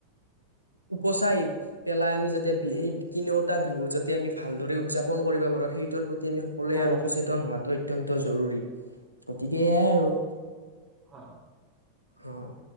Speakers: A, on the right; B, on the right.
A: উপচাই পেলাই আমি যাতে এই, তিনিওটা বিহু যাতে, আমি ভালদৰে উদযাপন কৰিব পাৰো, সেইটোৰ প্ৰতি আমি সকলোৱে
B: হয়
A: আৰু
B: হয়
A: সচেতন হোৱাতটো অত্যন্ত জৰুৰী। গতিকে, এয়াই আৰু।
B: অ।
A: অ',